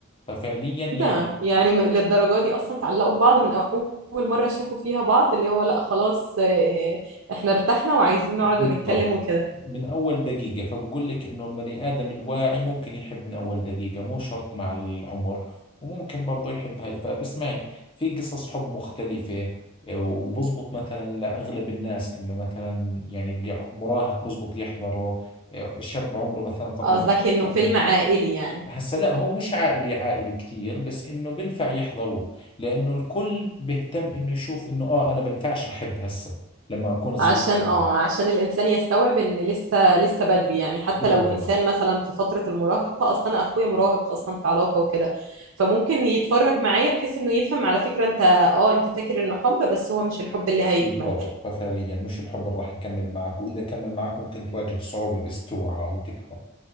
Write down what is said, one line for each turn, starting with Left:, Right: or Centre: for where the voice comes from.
Left: ففعليا يعني
Right: ده يعني م- للدرجة دي أصلا اتعلقوا ببعض من أول مرة شافوا فيها بعض اللي هو لأ خلاص آه، إحنا ارتحنا وعايزين نقعد
Left: بالضبط
Right: ونتكلم وكده
Left: من أول دقيقة فبقول لك إنه البني آدم الواعي ممكن يحب من أول دقيقة مو شرط مع العمر وممكن برضه يحب هاي فاسمعي في قصص حب مختلفة آه، وبزبط مثلا لأغلب الناس إنه مثلا يعني اللي مراهق بزبط يحضره آه، شاب عمره مثلا 18
Right: قصدك إنه
Left: سنة
Right: فيلم عائلي يعني
Left: هسا لا هو مش عائلي عائلي كثير بس إنه بنفع يحضروه لأنه الكل بيهتم إنه يشوف إنه آه أنا بنفعش أحب هسا لما أكون صغير
Right: عشان
Left: برضه
Right: اه عشان الإنسان يستوعب إن لسه لسه بدري يعني حتى
Left: بالضبط
Right: لو إنسان مثلا في فترة المراهقة أصلا أنا أخويا مراهق أصلا في علاقة وكده فممكن يتفرج معايا بحيث إنه يفهم على فكرة أنت اه أنت فاكر إنه حب بس هو مش الحب اللي هيكمل
Left: بالضبط ففعليا مش الحب اللي راح يكمل معك وإذا كمل معك ممكن تواجه صعوبة بس توعى أو تكبر